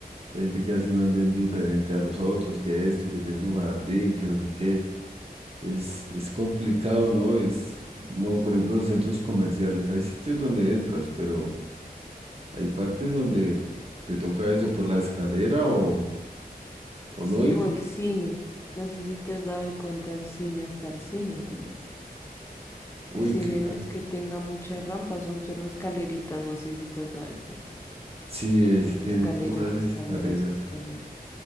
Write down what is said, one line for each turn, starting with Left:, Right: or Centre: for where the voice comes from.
Right: gente que hace un andén diferente a los otros, que esto, que tiene su jardín, que no sé qué. Es, es complicado, ¿no? Es, no, por ejemplo, los centros comerciales, hay sitios donde entras, pero hay partes donde te toca eso por la escalera o, o
Left: Sí,
Right: no ir.
Left: o el cine. No sé si te has dado de cuenta el cine hasta el cine.
Right: Uy,
Left: El cine
Right: claro.
Left: no es que tenga muchas rampas, son solo escaleritas, no sé si te has dado cuenta.
Right: Sí, es,
Left: Son
Right: tiene
Left: escaleras,
Right: puras
Left: escaleras,
Right: escaleras.
Left: escaleras.